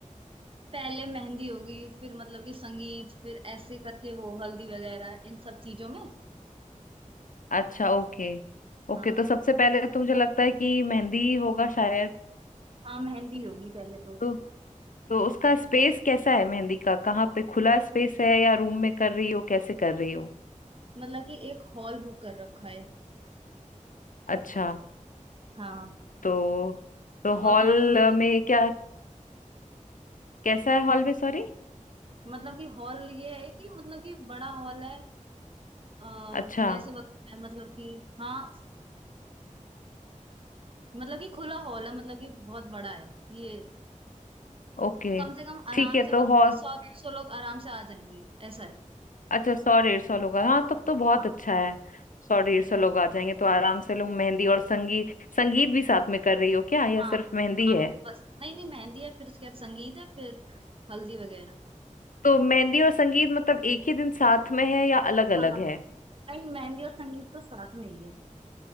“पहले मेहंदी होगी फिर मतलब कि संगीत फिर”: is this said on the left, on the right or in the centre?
Right